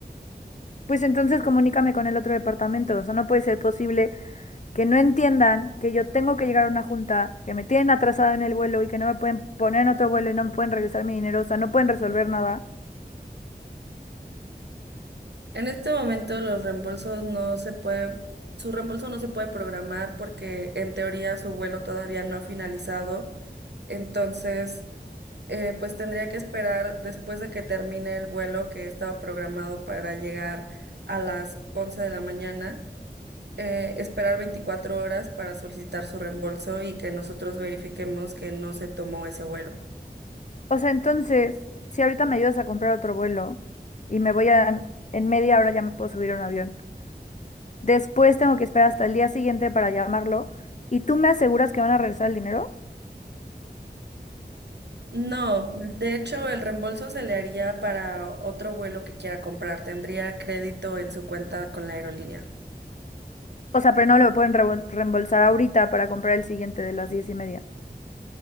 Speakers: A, on the left; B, on the right.
A: Pues entonces comunícame con el otro departamento, o sea, no puede ser posible que no entiendan que yo tengo que llegar a una junta, que me tienen atrasada en el vuelo y que no me pueden poner en otro vuelo y no me pueden regresar mi dinero, o sea, no pueden resolver nada.
B: En este momento los reembolsos no se puede, su reembolso no se puede programar porque en teoría su vuelo todavía no ha finalizado. Entonces, eh, pues tendría que esperar después de que termine el vuelo que estaba programado para llegar a las 11 de la mañana. eh, esperar 24 horas para solicitar su reembolso y que nosotros verifiquemos que no se tomó ese vuelo.
A: O sea, entonces, si ahorita me ayudas a comprar otro vuelo y me voy a, en media hora ya me puedo subir a un avión. Después tengo que esperar hasta el día siguiente para llamarlo. ¿Y tú me aseguras que van a regresar el dinero?
B: No, de hecho, el reembolso se le haría para otro vuelo que quiera comprar. Tendría crédito en su cuenta con la aerolínea.
A: O sea, pero no lo pueden revol- reembolsar ahorita para comprar el siguiente de las diez y media.